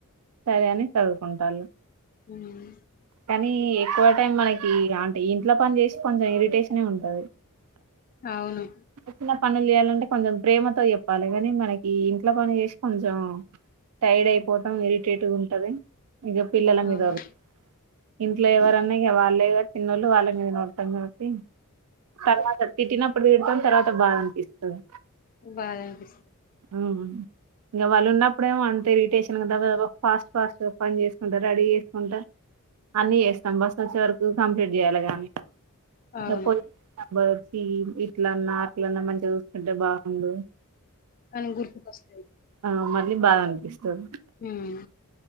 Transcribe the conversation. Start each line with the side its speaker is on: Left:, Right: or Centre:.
Right: సరే అని చదువుకుంటాళ్ళు
Left: మ్
Right: కానీ ఎక్కువ టైం మనకి అంటే ఇంట్ల పని చేసి కొంచెం ఇరిటేషనే ఉంటది
Left: అవును
Right: చిన్న పనులు చేయాలంటే కొంచెం ప్రేమతో చెప్పాలి కానీ మనకి ఇంట్ల పని చేసి కొంచెం టైడ్ అయిపోవతం ఇరిటేట్ గ ఉంటది ఇగ పిల్లల మీద
Left: అవును.
Right: ఒర్రు ఇంట్ల ఎవర న్న ఇగ వాళ్ళే గ చిన్నోళ్ళు వాళ్ళమీద నే ఒర్రుతం కాబట్టి తర్వాత తిట్టినప్పుడు తిడుతాం తర్వాత బాదా అనిపిస్తది
Left: బాధనిపిస్తుంది.
Right: ఉమ్. ఇంకా వాళ్ళు ఉన్నప్పుడేమో అంతే ఇరిటేషన్ కదా ఫాస్ట్ ఫాస్ట్ పని చేసుకుంటా రెడీ చేసుకుంటా. అన్ని చేస్తాం బస్ వచ్చే వరకు కంప్లీట్ చేయాలి గానీ
Left: అవును.
Right: ఆహ్. ఈ ఇట్లన్నా అట్లన్నా మంచిగా చూసుకుంటే బాగుండు.
Left: మనకు గుర్తుకొస్తాయి.
Right: ఆ మళ్ళీ బాద అనిపిస్తది.
Left: ఉమ్.